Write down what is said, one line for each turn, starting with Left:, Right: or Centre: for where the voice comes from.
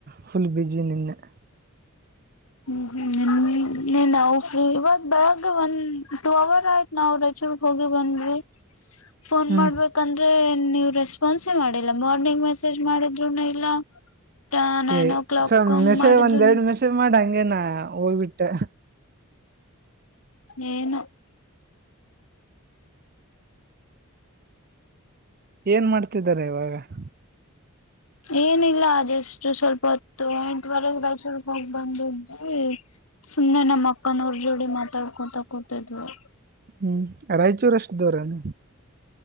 Right: ಫುಲ್ ಬಿಸಿಿ ನಿನ್ನೆ <inaudible>
Left: ಹ್ಮ್ ಹ್ಮ <inaudible> ಹ್ಮ ನೀ ನಾವು ಫ್ರೀ ಇವತ್ ಬೆಳಗ್ಗೆ ಒನ್ ಟೂ ಅವರ್ ಆಯ್ತ್ ನಾವು ರಾಯಚೂರ್ಗ್ ಹೋಗಿ ಬಂದಿ <inaudible> ಫೋನ್
Right: ಹ್ಮ್
Left: ಮಾಡ್ಬೇಕಂದ್ರೆ ನೀ <inaudible> ರೆಸ್ಪಾನ್ಸೇ ಮಾಡಿಲ್ಲ ಮಾರ್ನಿಂಗ್ ಮೆಸೇಜ್ ಮಾಡಿದ್ರುನು ಇಲ್ಲ <inaudible> ನೈನ್
Right: ್
Left: ಓ ಕ್ಲಾಕ್
Right: ಸ
Left: ಹಂಗ್
Right: ಮೆಸೆ್
Left: ಮಾಡಿದ್ರುನು
Right: ಒಂದ್ ಎರಡು ಮೆಸೆ್ ಮಾಡ ಹಂಗಗೆನ ಹೋಗ್ಬಿಟ್ಟ <inaudible>
Left: ಏನು <inaudible>
Right: ಏನ್ ಮಾಡ್ತಿದಿದ್ದಾರೆ ಇವಾಗ <inaudible>
Left: ಏನಿಲ್ಲ ಅಷ್ಟು ಸ್ವಲ್ಪ ಹೊತ್ತು ಎಂಟುವರೆಗೆ ರೈಸೂರ್ಕ್ ಹೋಗ್ ಬಂದಿದ್ವಿ <inaudible> ಸುಮ್ನೆ ನಮ್ಮ ಅಕ್ಕನವ್ರ ಜೋಡಿ ಮಾತಾಡ್ಕೊತಾ ಕೂತಿದ್ರು <inaudible>
Right: ಹ್ಮ್ ರಾಯಚೂರ್ ಅಷ್ಟು ದೂರನ